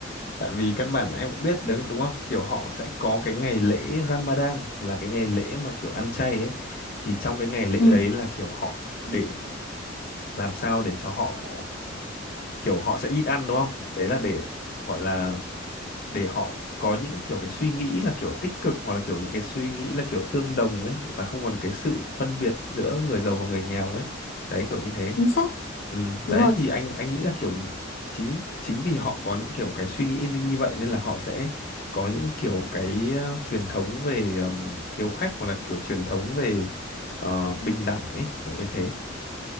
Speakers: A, on the left; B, on the left.
A: tại vì căn bản em cũng biết đấy đúng không? Kiểu họ sẽ có cái ngày lễ Ramadan là cái ngày lễ mà kiểu ăn chay ấy thì trong cái ngày lễ
B: Ừ,
A: đấy là kiểu họ để làm sao để cho họ kiểu họ sẽ nhịn ăn đúng không đấy là để gọi là để họ có những kiểu cái suy nghĩ là kiểu tích cực hoặc là kiểu những cái suy nghĩ là kiểu tương đồng ấy là không còn cái sự phân biệt giữa người giàu và người nghèo ấy đấy kiểu như thế
B: chính xác.
A: ừ,
B: Đúng
A: đấy
B: rồi.
A: thì anh anh nghĩ là kiểu chính chính vì họ có những kiểu cái suy nghĩ như vậy nên là họ sẽ có những kiểu cái ờ, truyền thống về ừm, hiếu khách hoặc là kiểu truyền thống về ờ, bình đẳng ấy kiểu như thế